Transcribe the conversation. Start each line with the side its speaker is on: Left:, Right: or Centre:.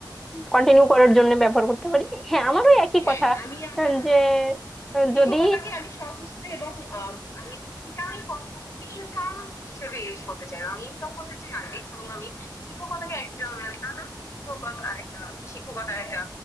Centre: কন্টিনিউ করার জন্য ব্যবহার করতে পারি হ্যাঁ
Left: হ্যাঁ
Centre: আমারও একই
Left: হ্যাঁ
Centre: কথা
Left: আমি আমার
Centre: আহ, যে আহ,
Left: শিক্ষকতাকে
Centre: যদি
Left: আমি শখ হিসেবে এবং আহ, আমি ওইটা আমি ইনকাম হিসেবে ইউজ করতে চাই আমি ইনকাম করতে চাই আগে এবং আমি শিক্ষকতাকে একজন মানে আদর্শ শিক্ষকতা একটা শিক্ষকতার একটা